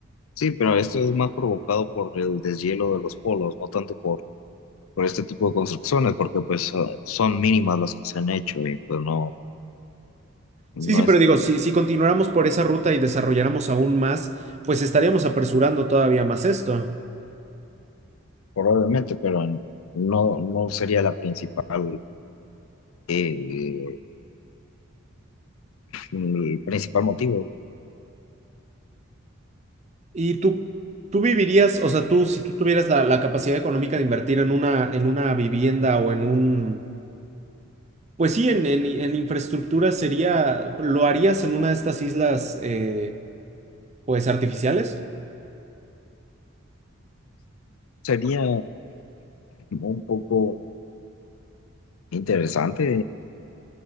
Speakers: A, on the left (about 80°); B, on the right (about 30°).
A: sí, pero esto es más provocado por el deshielo de los polos, no tanto por, por este tipo de construcciones, porque pues eh, son mínimas las que se han hecho y pues no, no
B: Sí, sí, pero
A: es
B: digo, si, si continuáramos por esa ruta y desarrolláramos aún más, pues estaríamos apresurando todavía más esto.
A: probablemente, pero no, no sería la principal, eh, el principal motivo.
B: ¿Y tú, tú vivirías, o sea, tú, si tú tuvieras la, la capacidad económica de invertir en una, en una vivienda o en un Pues sí, en, en- en infraestructura sería, ¿lo harías en una de estas islas, eh, pues artificiales?
A: Sería un poco interesante